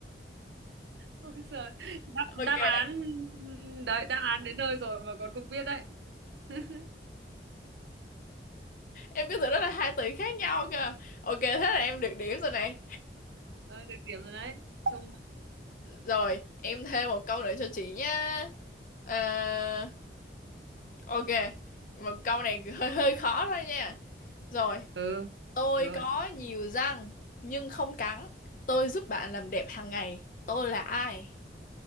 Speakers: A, on the right; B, on the left.
A: Ôi giời, đáp,
B: ok
A: đáp án đấy, đáp án đến nơi rồi mà còn không biết đấy. <laughs>
B: em cứ tưởng đó là hai từ khác nhau cơ ok thế là em được điểm rồi này
A: Ờ, được điểm rồi đấy. Không.
B: rồi em thêm một câu nữa cho chị nhá Ờ, ok một câu này <laughs> hơi hơi khó thôi nha rồi
A: Ừ,
B: tôi
A: rồi.
B: có nhiều răng nhưng không cắn tôi giúp bạn làm đẹp hàng ngày tôi là ai